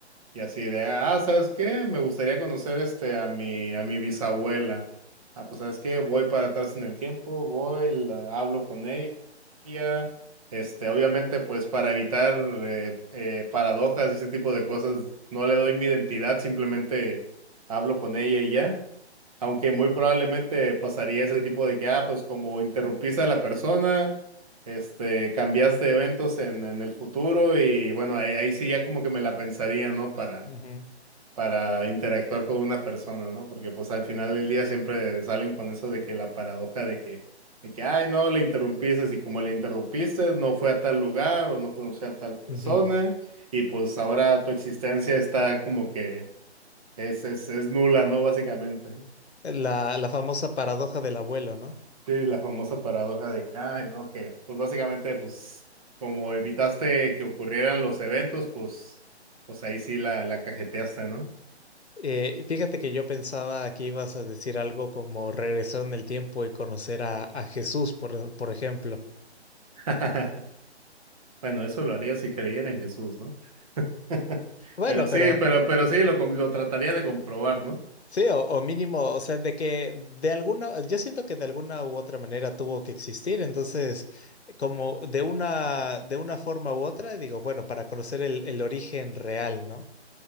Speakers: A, on the right; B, on the left.
A: y así de, ah, ¿sabes qué? Me gustaría conocer este a mi, a mi bisabuela. Ah, pues, ¿sabes qué? Voy para atrás en el tiempo, voy, la- hablo con ella. Este, obviamente, pues para evitar eh, eh, paradojas y ese tipo de cosas, no le doy mi identidad, simplemente hablo con ella y ya. Aunque muy probablemente pasaría ese tipo de que, ah, pues como interrumpiste a la persona, este, cambiaste eventos en, en el futuro y bueno, ahí, ahí sí ya como que me la pensaría, ¿no? Para,
B: ujú,
A: para interactuar con una persona, ¿no? Porque pues al final del día siempre salen con eso de que la paradoja de que, de que, ay, no, le interrumpiste y como le interrumpiste, no fue a tal lugar o no conoció a tal persona
B: ujú.
A: y pues ahora tu existencia está como que es, es, es nula, ¿no? Básicamente.
B: La, la famosa paradoja del abuelo, no
A: Sí, la famosa paradoja de que, ay, no, que, pues básicamente, pues, como evitaste que ocurrieran los eventos, pues, pues ahí sí la, la cajeteaste, ¿no?
B: Eh, fíjate que yo pensaba que ibas a decir algo como regresar en el tiempo y conocer a, a Jesús, por, por ejemplo.
A: <laughs> Bueno, eso lo haría si creyera en Jesús, ¿no? <laughs>
B: Bueno,
A: Pero sí,
B: pero
A: pero, pero sí, lo, com- lo trataría de comprobar, ¿no?
B: sí, o, o mínimo, o sea, de que de alguna, yo siento que de alguna u otra manera tuvo que existir, entonces, como de una, de una forma u otra, digo, bueno, para conocer el, el origen real, ¿no?